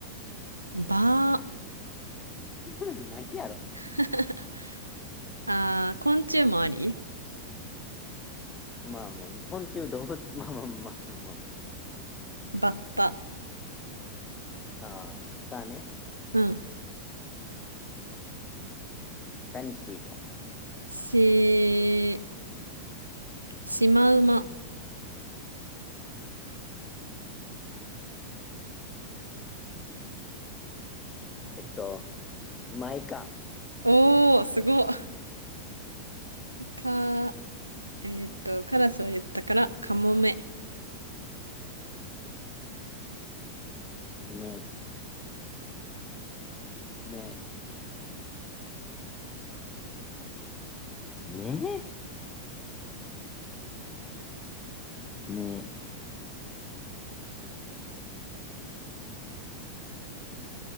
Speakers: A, on the right (about 85°); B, on the left (about 20°).
A: ば、
B: <laughs> 何やろ。
A: <laughs> あー、昆虫もあり
B: まあまあ、昆虫動物、<laughs> まあまあまあまあま
A: バッタ。
B: あ。ああ、だね。
A: うん
B: タニシ、
A: し、シマウマ。
B: えっと、マイカ、
A: おー、すごっ。か、えーっと、カラスは言ったから、カモメ。
B: メ、メ、メメ、